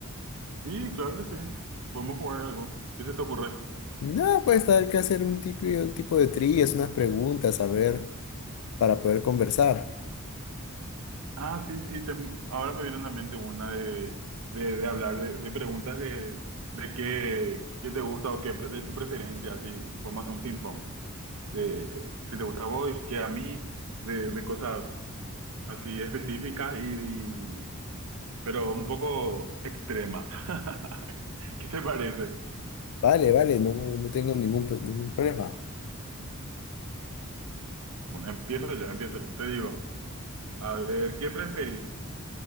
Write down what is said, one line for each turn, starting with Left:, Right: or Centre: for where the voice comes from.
Right: Sí, claro que sí. Podemos jugar algo. ¿Qué se te ocurre?
Left: Nada, pues hay que hacer un tipo, un tipo de trillas, unas preguntas, a ver, para poder conversar.
Right: Ah, sí, sí. se me- Ahora me viene a la mente una de, de, de hablar de, de preguntas de, de qué, qué te gusta o qué pre- de tu preferencia. Así, podemos hacer un ping-pong. De si te gusta a vos y qué a mí, de, de cosas así específicas y, y- pero un poco extremas. <laughs> ¿Qué te parece?
Left: Vale, vale, no, no tengo ningún, pro- ningún problema.
Right: Bueno, empiezo yo, empiezo yo. Te digo. A ver, ¿qué preferís?